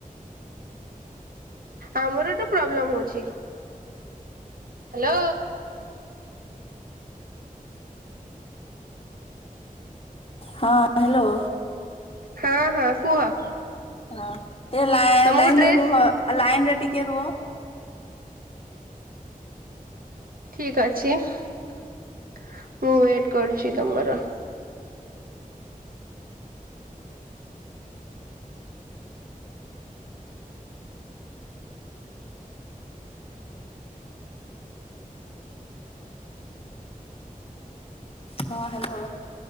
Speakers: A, on the right; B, on the left.
A: ଆମର ଏତ ପ୍ରୋବ୍ଲେମ ହଉଛି। ହ୍ୟାଲୋ।
B: ହଁ ହ୍ୟାଲୋ।
A: ହଁ ହଁ କୁହ।
B: ହଁ ଟିକେ ଲା-ଲାଇନ
A: ତମକୁ ଡ୍ରେସ
B: ରୁହ ଲାଇନରେ ଟିକେ ରୁହ।
A: ଠିକ ଅଛି ମୁଁ ୱେଟ କରୁଛି ତମର।
B: ହଁ ହ୍ୟାଲୋ